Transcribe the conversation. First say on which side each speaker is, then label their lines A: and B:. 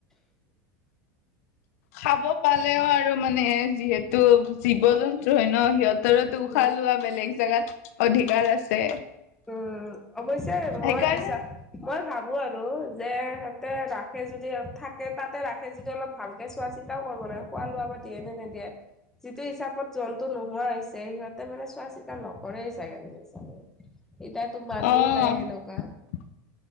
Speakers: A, on the left; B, in the centre.
A: খাব পালেও আৰু মানে যিহেতু
B: উম
A: জীৱ -জন্তু হয় ন' সিহঁত তেওঁলোকে টো
B: উম
A: উশাহ লোৱা বেলেগ জেগাত অধিকাৰ আছে।
B: উম, অৱশ্যে
A: সেইকাৰণে
B: মই বিশ্বাস মই ভাবোঁ আৰু যে সিহঁতে ৰাখে যদি থাকে তাতে ৰাখে যদি অলপ ভালকে চোৱা চিতাও কৰব লাগে খোৱা -লোৱা বা দিয়ে নে নেদিয়ে। যিটো হিচাপত জন্তু নোহোৱা হৈছে সিহঁতে মানে চোৱা -চিতা নকৰেই চাগে মোৰ হিচাপত। এতিয়াতো মানুহো
A: অ',
B: নাই সেনেকুৱা।